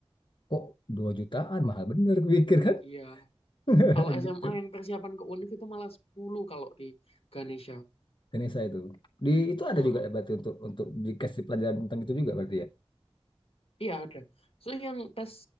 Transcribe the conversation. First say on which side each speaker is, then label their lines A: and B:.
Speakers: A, on the left (about 50°); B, on the left (about 70°).
A: kok 2 jutaan mahal bener aku pikir kan
B: Iya.
A: <laughs>
B: Kalau SMA
A: gitu.
B: yang persiapan ke UNIF itu malah 10 kalau di Ganesha.
A: Ganesha itu. Di itu ada
B: Heeh.
A: juga ya berarti untuk untuk dikasih pelajaran tentang itu juga berarti ya.
B: Iya ada. So yang tes